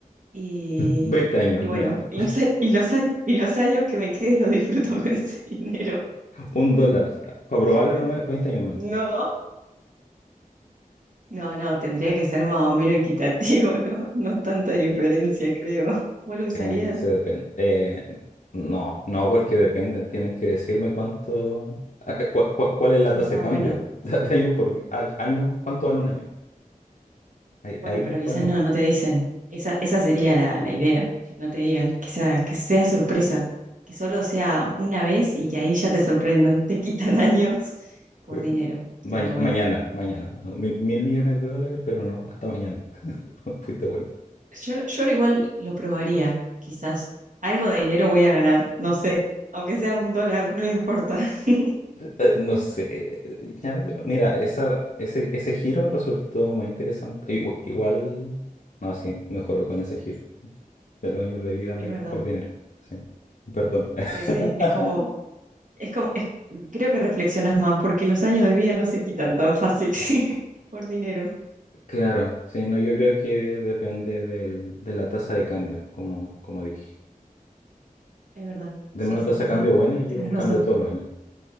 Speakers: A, on the right; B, on the left.
A: y,
B: 20 años
A: y bueno,
B: menos,
A: y los, a- y los, a- y los años que me queden los disfruto <laughs> con ese dinero.
B: un dólar, para probarlo
A: Yo pienso,
B: no, 20 años menos.
A: no. No, no, tendría que ser más o menos equitativo, <laughs> ¿no? No tanta diferencia, creo. ¿Vos lo usarías?
B: Eh, se depende. Eh, no, no, porque depende. Tienen que decirme cuánto, eh, cua- cua- cuál es la
A: Ah,
B: tasa
A: no,
B: de cambio.
A: bueno.
B: <laughs> Años por a- año, ¿cuánto vale un año? Ahí,
A: Bueno,
B: ahí después
A: pero quizás
B: a lo mejor.
A: no, no te dicen. Esa, esa sería la, la idea, que no te digan, que sea, que sea sorpresa, que solo sea una vez y que ahí ya te sorprendan, te quitan <laughs> años por
B: Eh,
A: dinero. Estaría
B: ma-
A: bueno.
B: mañana, mañana. ¿no? Mil, mil millones de dólares, pero no, hasta mañana. <laughs> Fuiste bueno.
A: Yo, yo lo igual lo probaría, quizás. Algo de dinero voy a ganar, no sé. Aunque sea un dólar, no importa. <laughs>
B: Eh, No sé, eh, ya, pero mira, esa, ese, ese giro resultó más interesante. Igu- Igual, no, sí, mejoró con ese giro de los años de vida
A: Es
B: me-
A: verdad.
B: por dinero. Sí, perdón. <laughs>
A: Sí, sí. Es como Es como, es- creo que reflexionas más porque los años de vida no se quitan tan fácil <laughs> por dinero.
B: Claro, sí, no, yo creo que depende del- de la tasa de cambio, como, como dije.
A: Es verdad. Sí,
B: Deme una
A: sí,
B: tasa
A: sí,
B: de
A: sí.
B: cambio buena y
A: Tienes
B: yo
A: razón.
B: cambio todos los años.